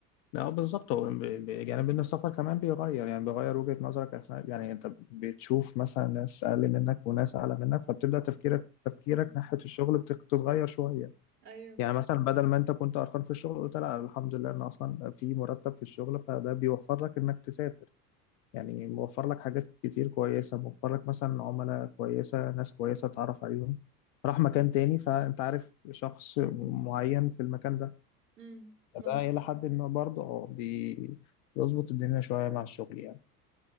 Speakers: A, on the left; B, on the right.
A: لا بالظبط هو ب- ب- يعني ان السفر كمان بيغير يعني بيغير وجهة نظرك اثناء يعني انت بتشوف مثلا ناس اقل منك وناس اعلى منك فبتبدا تفكيرك تفكيرك
B: مم.
A: ناحية الشغل بتك- بتتغير شوية
B: ايوه صح
A: يعني مثلا بدل ما انت كنت قرفان في الشغل قلت لا الحمد لله ان اصلا في مرتب في الشغل فده بيوفر لك انك تسافر يعني موفر لك حاجات كتير كويسة موفر لك مثلا عملاء كويسة ناس كويسة تعرف عليهم راح مكان تاني فأنت عارف شخص معين في المكان ده
B: امم
A: فده
B: مظبوط
A: إلى حد ما برضه اه بي- بيظبط الدنيا شوية مع الشغل يعني